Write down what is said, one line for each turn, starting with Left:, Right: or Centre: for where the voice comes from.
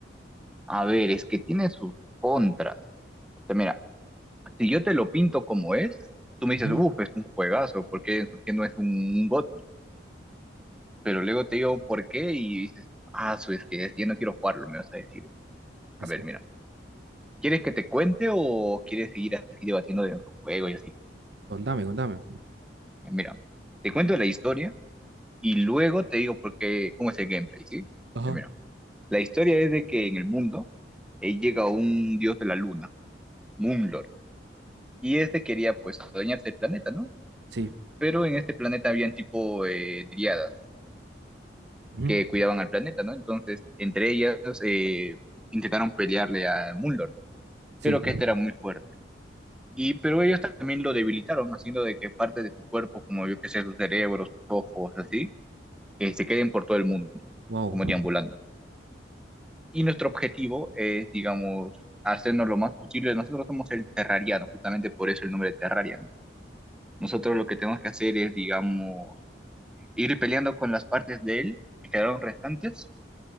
Centre: A ver, es que tiene sus contras. O sea, mira, si yo te lo pinto como es, tú me dices,
Right: Ujú.
Centre: uff, es un juegazo, ¿por qué, por qué no es un, un GOTY? Pero luego te digo, ¿por qué? Y dices, ah, su, es que ya no quiero jugarlo, me vas a decir.
Right: Exacto.
Centre: A ver, mira, ¿quieres que te cuente o quieres seguir así debatiendo de nuestro juego y así?
Right: Contame, contame.
Centre: Eh, Mira, te cuento la historia y luego te digo por qué, cómo es el gameplay, ¿sí?
Right: Ajá.
Centre: Ya, Mira, la historia es de que en el mundo eh, llega un dios de la luna, Moonlord, y este quería pues adueñarse del planeta, ¿no?
Right: Sí.
Centre: Pero en este planeta habían tipo eh, dríadas
Right: Ujú.
Centre: que cuidaban al planeta, ¿no? Entonces, entre ellas eh, intentaron pelearle a Mulder,
Right: Sí.
Centre: pero que este era muy fuerte. Y, pero ellos también lo debilitaron, haciendo de que partes de su cuerpo, como yo que sé, sus cerebros, sus ojos, así, eh, se queden por todo el mundo,
Right: Wow.
Centre: como deambulando. Y nuestro objetivo es, digamos, hacernos lo más posible. Nosotros somos el terrariano, justamente por eso el nombre de terraria, ¿no? Nosotros lo que tenemos que hacer es, digamos, ir peleando con las partes de él que quedaron restantes